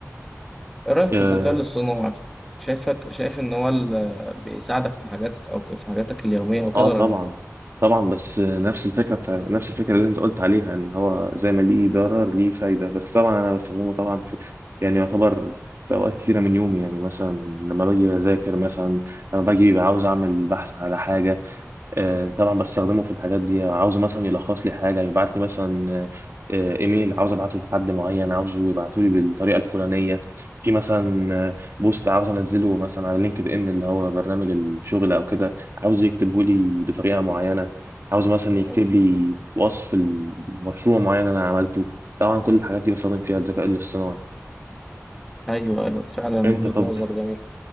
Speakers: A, in the centre; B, on the right (about 50°).
A: ايه رأيك في
B: امم
A: الذكاء الاصطناعي شايفك شايف ان هو ال- بيساعدك في حاجاتك او في حاجاتك اليومية وكده
B: اه
A: ولا
B: طبعا
A: لا
B: طبعا بس نفس الفكره بتاع نفس الفكره اللي انت قلت عليها ان هو زي ما ليه ضرر ليه فايده بس طبعا انا بستخدمه طبعا في يعني يعتبر في اوقات كتيره من يومي يعني مثلا لما باجي بذاكر مثلا لما باجي عاوز اعمل بحث على حاجه آه، طبعا بستخدمه في الحاجات دي عاوز مثلا يلخص لي حاجه يبعت لي مثلا آه، آه، ايميل عاوز ابعته لحد معين عاوزه يبعته لي بالطريقه الفلانيه في مثلا آه، بوست عاوز انزله مثلا على لينكد ان اللي هو برنامج الشغل او كده عاوز يكتبه لي بطريقه معينه عاوز مثلا يكتب
A: مم.
B: لي وصف المشروع معين انا عملته طبعا كل الحاجات دي بستخدم فيها الذكاء الاصطناعي
A: ايوه ايوه فعلا
B: انت
A: وجهة
B: طب
A: نظر جميل